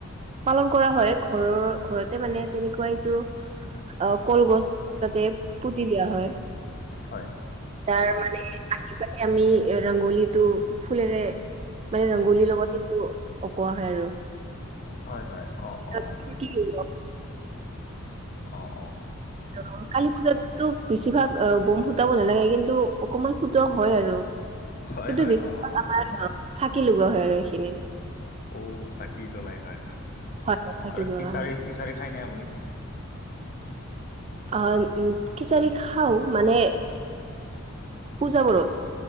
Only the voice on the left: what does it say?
হয়।
হয়-হয় অ,
অ,
অঁ, অঁ,
হয়
হয়
অঁ অঁ
ঔ, চাকি জ্বলাই হয়-হয়।
অঁ,
আৰু
সিচাৰি-সিচাৰি
খাই নে আপুনি?